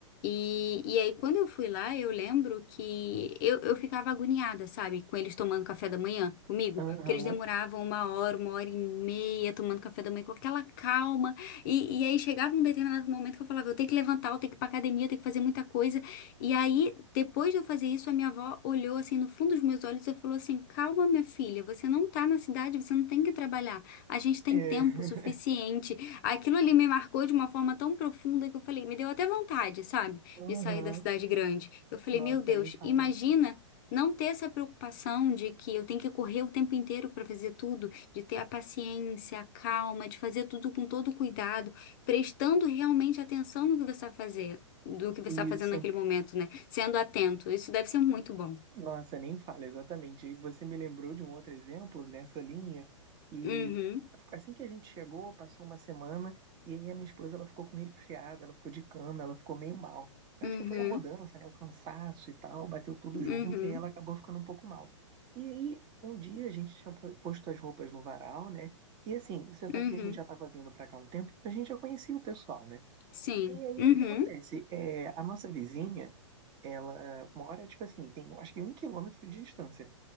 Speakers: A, on the left; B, on the right.
A: E, e aí, quando eu fui lá, eu lembro que eu, eu ficava agoniada, sabe, com eles tomando café da manhã comigo,
B: Aham.
A: porque eles demoravam uma hora, uma hora e meia tomando café da manhã com aquela calma. E, e aí chegava um determinado momento que eu falava, eu tenho que levantar, eu tenho que ir pra academia, eu tenho que fazer muita coisa. E aí, depois de eu fazer isso, a minha avó olhou assim no fundo dos meus olhos e falou assim: Calma, minha filha, você não tá na cidade, você não tem que trabalhar. A gente tem
B: É.
A: tempo suficiente. Aquilo ali me marcou de uma forma tão profunda que eu falei: Me deu até vontade, sabe,
B: Uhum.
A: de sair da cidade grande. Eu falei:
B: Nossa,
A: Meu Deus,
B: nem fala.
A: imagina. Não ter essa preocupação de que eu tenho que correr o tempo inteiro para fazer tudo, de ter a paciência, a calma, de fazer tudo com todo cuidado, prestando realmente atenção no que você vai fazer do que você
B: Isso.
A: está fazendo naquele momento, né? Sendo atento. Isso deve ser muito bom.
B: Nossa, nem fala, exatamente. E você me lembrou de um outro exemplo nessa linha que
A: Uhum,
B: assim que a gente chegou, passou uma semana e aí a minha esposa ela ficou com resfriada, ela ficou de cama, ela ficou meio mal. Eu
A: uhum,
B: acho que foi a mudança, né, o cansaço e tal, bateu tudo
A: uhum,
B: junto e ela acabou ficando um pouco mal. E aí um dia a gente tinha po- posto as roupas no varal, né? E assim, você sabe
A: uhum.
B: que a gente já estava vindo para cá há um tempo, a gente já conhecia o pessoal, né?
A: Sim.
B: E aí
A: Uhum,
B: o que acontece? É, a nossa vizinha, ela mora, tipo assim, tem acho que um quilômetro de distância.